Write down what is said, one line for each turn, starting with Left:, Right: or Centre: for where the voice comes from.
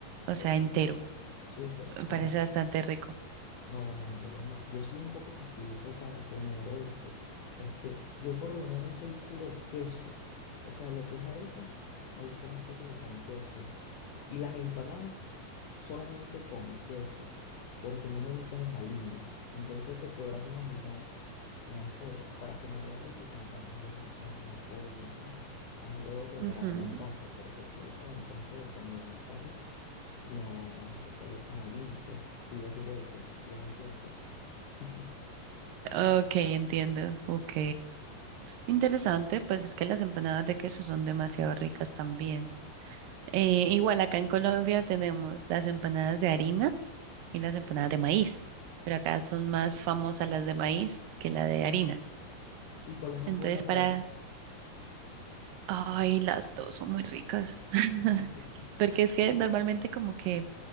Right: o sea,
Left: Todo
Right: entero.
Left: Súper. Súper.
Right: Me parece
Left: Ah,
Right: bastante rico.
Left: no, bueno, entero no. Yo soy un poco fastidioso para comer, ¿oíste? Este, yo por lo menos soy puro queso. O sea, lo que es arepa, me gusta más que todo con queso. Y las empanadas solamente con queso, porque no me gustan los aliños. Entonces te podrás imaginar, no sé, para comerla que si con carne desmechada, pollo, así. A juro prepararla
Right: Ujú.
Left: en casa, porque si voy para un puesto de comida en la calle, no, eso le echan aliños, pues pido juro de queso, solamente de queso. <laughs>
Right: Ok, entiendo. Ok. Interesante, pues es que las empanadas de queso son demasiado ricas también. Eh, igual acá en Colombia tenemos las empanadas de harina y las empanadas de maíz, pero acá son más famosas las de maíz que la de harina.
Left: ¿Y cuál es más
Right: Entonces,
Left: buena
Right: para...
Left: para ti?
Right: Ay, las dos son muy ricas. <laughs>
Left: <laughs>
Right: Porque es que normalmente como que